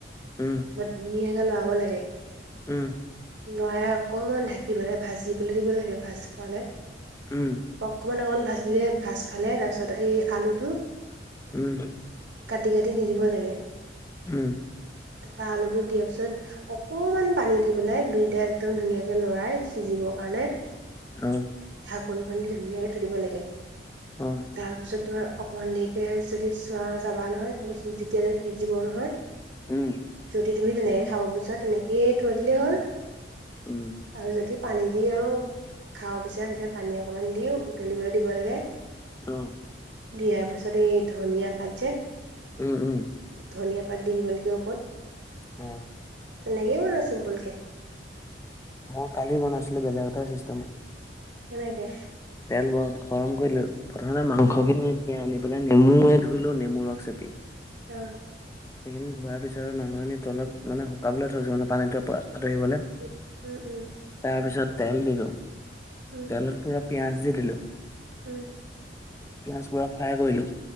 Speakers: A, on the left; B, on the right.
A: উম
B: তাৰপা ধুনিয়াকৈ লৰাব লাগে।
A: উম।
B: লয়াই অকমান ঢাকিবলৈ ভাজিবলৈ দিব লাগে ভাজ খোৱালে।
A: উম
B: অকণমান অকণমান ভাজিলে ভাজ খালে তাৰপিছত এই আলুটো
A: উম।
B: কাটি কাটি দি দিব লাগে।
A: উম।
B: তাপা আলুটো দিয়া পিছত অকমান পানী দিবলে দুইটা একদম ধুনীয়াকে লৰাই সিজিবৰ কাৰণে
A: অ।
B: ঢাকোন কণি ধুনীয়াকে থৈ দিব লাগে।
A: অ।
B: তাৰপিছত তোমাৰ অকমান দেৰিকে যদি চোৱা চাবা নহয় যেতিয়া যে সিজিব নহয়।
A: উম
B: যদি তুমি তেনেকে খাব বিচাৰা তেনেকেই থৈ দিলেই হ'ল।
A: উম
B: আৰু যদি পানী দি আৰু খাব বিচাৰে তেতিয়া পানী অকমান দি উতলিবলৈ দিব। দিব লাগে।
A: অ
B: দিয়াৰ পাছত, এই ধনিয়া পাত যে।
A: উম', উম,।
B: ধনিয়া পাত দি দিব লাগে ওপত।
A: অ।
B: তেনেকেই বনাও চিম্পল কে।
A: মই কালি বনাইছিলো, বেলেগ এটা চিষ্টেমত।
B: কেনেকে?
A: তেল বৰ গৰম কৰি লৈ প্ৰথমতে মাংসখিনি।
B: অ
A: আনি পেলাই নেমুয়ে ধুই ল'লো, নেমুৰ ৰস চেপি।
B: অ',।
A: সেইখিনি ধোঁৱাৰ পিছত মাংস খিনি তলত মানে শুকাবলৈ থৈছো, পানীটো পোৱা আঁতৰিবলৈ।
B: উম', উম, উম,।
A: তাৰ পিছত তেল দিলো।
B: উম',।
A: তেলত পুৰা পিয়াঁজ দি দিলো।
B: উম
A: পিঁয়াজ পুৰা ফ্ৰাই কৰিলো।